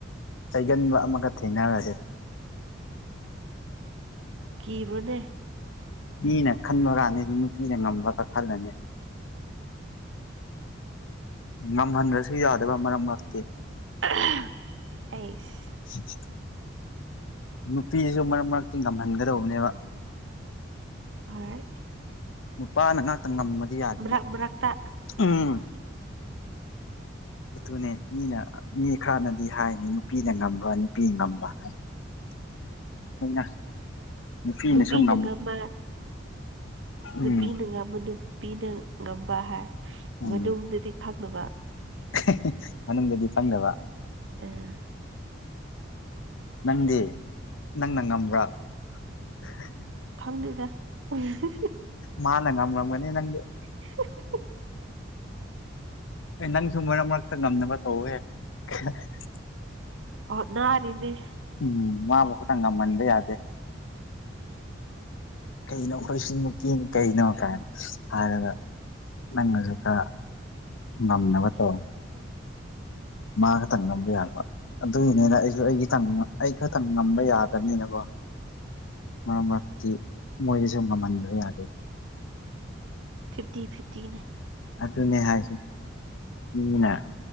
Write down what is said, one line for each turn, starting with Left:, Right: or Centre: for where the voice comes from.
Left: ꯆꯩꯒꯟꯕ ꯑꯃꯒ ꯊꯦꯡꯅꯔꯗꯤ꯫
Right: ꯀꯤꯕꯅꯦ꯫
Left: ꯃꯤꯅ ꯈꯟꯕ ꯀꯥꯟꯗꯗꯤ ꯅꯨꯄꯤꯅ ꯉꯝꯕꯒ ꯈꯜꯂꯅꯤ꯫ ꯉꯝꯍꯟꯗ꯭ꯔꯕꯁꯨ ꯌꯥꯗꯕ ꯃꯔꯝ ꯃꯔꯛꯇꯤ꯫
Right: <unintelligible> ꯑꯩꯁ
Left: <inaudible> ꯅꯨꯄꯤꯁꯤꯁꯨ ꯃꯔꯛ ꯃꯔꯛꯇꯤ ꯉꯝꯍꯟꯒꯗꯧꯕꯅꯦꯕ꯫
Right: ꯍꯣꯏ꯫
Left: ꯅꯨꯄꯥꯅ ꯉꯥꯛꯇ ꯉꯝꯃꯗꯤ ꯌꯥꯗꯦꯅ
Right: ꯃꯔꯛ ꯃꯔꯛꯇ
Left: ꯎꯝ꯫ ꯑꯗꯨꯅꯦ ꯃꯤꯅ ꯃꯤ ꯈꯔꯅꯗꯤ ꯍꯥꯏꯅꯤ ꯅꯨꯄꯤꯅ ꯉꯝꯕ ꯅꯨꯄꯤ ꯉꯝꯕ ꯍꯥꯏ <unintelligible>
Right: ꯅꯨꯄꯤꯅ
Left: ꯉꯝ
Right: <unintelligible> ꯑ
Left: ꯎꯝ
Right: ꯅꯨꯄꯤꯅ ꯉꯝꯕ ꯅꯨꯄꯤꯅ ꯉꯝꯕ ꯍꯥꯏ
Left: ꯎꯝ
Right: ꯃꯅꯨꯡꯗꯗꯤ ꯈꯪꯗꯕ
Left: <unintelligible> ꯃꯅꯨꯡꯗꯗꯤ ꯈꯪꯗꯕ
Right: ꯑꯥ
Left: ꯅꯪꯗꯤ ꯅꯪꯅ ꯉꯝꯕ꯭ꯔꯥ <unintelligible>
Right: ꯈꯪꯗꯦꯗ <unintelligible>
Left: ꯃꯥꯅ ꯉꯝꯃꯝꯒꯅꯤ ꯅꯪꯗꯤ꯫
Right: <unintelligible>
Left: ꯑꯦ ꯅꯪꯁꯨ ꯃꯔꯛ ꯃꯔꯛꯇ ꯉꯝꯅꯕ ꯇꯧꯍꯦ <unintelligible>
Right: ꯍꯣꯠꯅꯔꯤꯅꯤ꯫
Left: ꯎꯝ ꯃꯥꯕꯨ ꯈꯛꯇ ꯉꯝꯃꯟꯕ ꯌꯥꯗꯦ꯫ ꯀꯩꯅꯣ ꯑꯩꯈꯣꯏꯁꯨ ꯅꯨꯄꯤꯅꯤ ꯀꯩꯅꯣ ꯀꯥꯏ ꯍꯥꯏꯔꯒ ꯅꯪꯅꯖꯨ ꯈꯔ ꯉꯝꯅꯕ ꯇꯧ꯫ ꯃꯥ ꯈꯛꯇꯪ ꯉꯝꯕ ꯌꯥꯕ꯭ꯔ꯫ ꯑꯗꯨꯒꯤꯅꯤꯅ ꯑꯩꯁꯨ ꯑꯩ ꯈꯤꯇꯪ ꯑꯩ ꯈꯇꯪ ꯉꯝꯕ ꯌꯥꯗꯕꯅꯤꯅꯀꯣ꯫ ꯃꯔꯛ ꯃꯔꯛꯇꯤ ꯃꯣꯏꯗꯁꯨ ꯉꯝꯍꯟꯗꯕ ꯌꯥꯗꯦ꯫
Right: ꯐꯤꯞꯇꯤ ꯐꯤꯞꯇꯤꯅꯦ꯫
Left: ꯑꯗꯨꯅꯦ ꯍꯥꯏꯁꯤ ꯃꯤꯅ